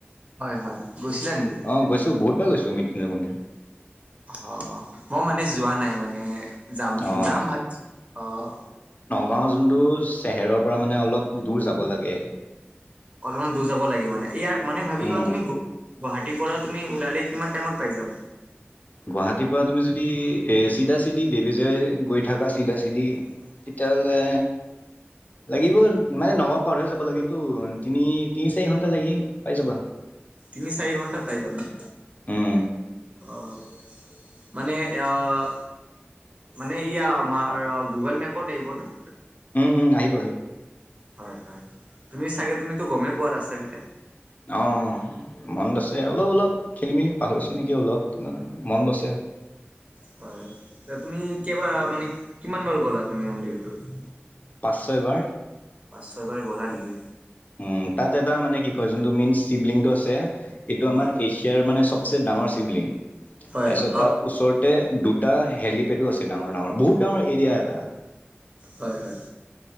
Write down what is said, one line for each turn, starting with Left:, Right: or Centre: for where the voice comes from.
Right: হয় হয় গৈছিলা নেকি?
Left: অ', গৈছোঁ, বহুতবাৰ গৈছোঁ মৃত্যুঞ্জয় মন্দিৰ।
Right: অ', অ', মই মানে যোৱা নাই, মানে যাম,
Left: অ
Right: যাম, <unintelligible> অ'।
Left: গাওঁ যোনটো চেহেৰৰ পৰা মানে অলপ দূৰ যাব লাগে।
Right: অলপমান দূৰ যাব লাগে মানে, ইয়াৰ মানে ভাবি
Left: উম,
Right: লোৱা, তুমি গুৱাহাটীৰ পৰা তুমি ওলালে কিমান টাইমত পাই যাম?
Left: গুৱাহাটীৰ পৰা তুমি যদি, এই চিধা চিধি বেবেজীয়া গৈ থাকা, চিধা চিধি তেতিয়াহ'লে লাগিব মানে নগাঁও পাৰ হৈ যাব লাগেতো, তিনি তিনি চাৰি ঘন্টা লাগি পাই যাবা।
Right: তিনি চাৰি ঘণ্টাত পাই যামনে?
Left: উম,
Right: অ', মানে অ' মানে ইয়া, আমাৰ গুগল মেপত আহিব ন?
Left: উম, আহিব আহিব।
Right: হয় হয়, তুমি চাগে, তুমিতো গমেই পোৱা ৰাস্তা কেইটা।
Left: অ', মনত আছে, অলপ অলপ খেলি মেলি পাহৰিছোঁ নেকি, অলপ মনত আছে।
Right: হয়, তুমি কেইবাৰ মানে কিমান বাৰ গ'লা তুমি মন্দিৰটোত?
Left: পাঁচ ছয়বাৰ।
Right: পাঁচ ছয়বাৰ গ'লা নেকি?
Left: উম, তাত এটা মানে কি কয়, যোনটো মেইন শিৱলিংটো আছে, এইটো
Right: হয়
Left: আমাৰ এছিয়াৰ মানে চব ডাঙৰ শিৱলিঙ্গ,
Right: হয়
Left: তাৰপিছত
Right: হয় অ
Left: তাৰ ওচৰতে দুটা হেলিপেডো আছে ডাঙৰ ডাঙৰ, বহুত ডাঙৰ এৰিয়া এটা
Right: হয় হয়,